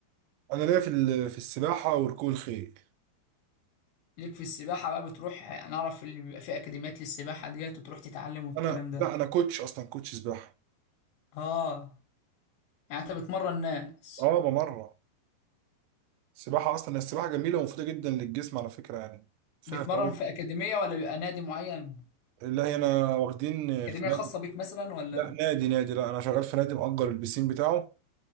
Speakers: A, on the right; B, on the left.
A: انا ليا في ال- في السباحه وركوب الخيل
B: ليك في السباحة بقى بتروح أنا أعرف اللي بيبقى فيه أكاديميات للسباحة ديت وتروح تتعلم والكلام
A: انا
B: ده
A: لا انا كوتش اصلا كوتش سباحه
B: آه يعني أنت بتمرن ناس
A: اه بمرة السباحة أصلا السباحة جميلة ومفيدة جدا للجسم على فكرة يعني فيها
B: بتمرن
A: فوائد
B: في أكاديمية ولا بيبقى نادي معين
A: لا هنا واخدين
B: أكاديمية
A: في نادي
B: خاصة بيك مثلا ولا
A: لا نادي نادي لا أنا شغال في نادي مأجر البسين بتاعه